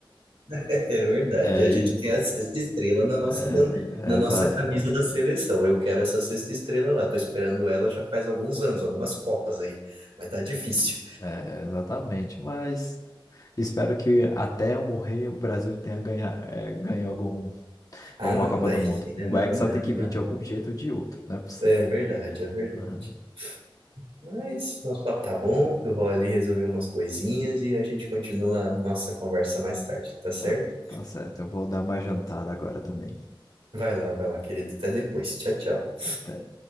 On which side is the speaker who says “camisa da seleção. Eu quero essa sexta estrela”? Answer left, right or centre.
Right